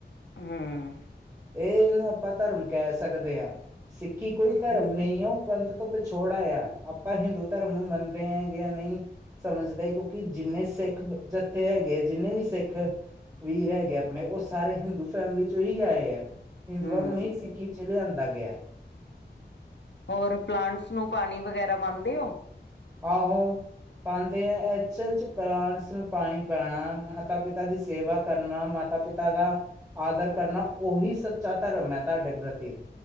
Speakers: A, on the left; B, on the right.
A: ਹਾਂ।
B: ਇਹ ਇਹਨੂੰ ਆਪਾਂ ਧਰਮ ਕਹਿ ਸਕਦੇ ਹਾਂ ਸਿੱਖੀ ਕੋਈ ਧਰਮ
A: ਹੂੰ,
B: ਨਹੀਂ ਉਹ। ਪੰਥ ਤੋਂ ਪਿਛੋੜਾ ਆਯਾ, ਆਪਾਂ ਹਿੰਦੂ ਧਰਮ ਨੂੰ ਮੰਨਦੇ ਆਂ ਯਾ ਨਈ ਸਮਜਦੈ ਈ ਕੀ ਕਿਉ ਕਿ, ਜਿੰਨੇ ਸੇੱਖ ਬ ਜਥੇ ਹੈਗੇ ਆ ਜਿੰਨੇ ਵੀ ਸੇੱਖ ਵੀਰ ਹੈਗੇ ਆਪਣੇ ਓਸ ਸਾਰੇ ਹਿੰਦੂ ਫੈਮਲੀ ਚੋਂ ਹੀ ਆਏ ਐ, ਹਿੰਦੂਆਂ
A: ਹੂੰ।
B: ਨੂੰ ਹੀ ਸਿੱਖੀ ਚ ਲੇਆਂਦਾ ਗੇਆ।
A: ਹੋਰ ਪਲਾਂਟਸ ਨੂੰ ਪਾਨੀ ਵਗੈਰਾ ਪਾਂਦੇ ਓ?
B: ਆਹ ਹੋ। ਪਾਉਂਦੇ ਹੈ ਐਚਲ ਚ ਪਲਾਂਟਸ ਨੂੰ ਪਾਣੀ ਪੈਣਾ ਮਾਤਾ ਪਿਤਾ ਦੀ ਸੇਵਾ ਕਰਨਾ ਮਾਤਾ ਪਿਤਾ ਦਾ ਆਦਰ ਕਰਨਾ ਉਹੀ ਸੱਚਾ ਧਰਮ ਹੈ ਤੁਹਾਡੇ ਪ੍ਰਤੀ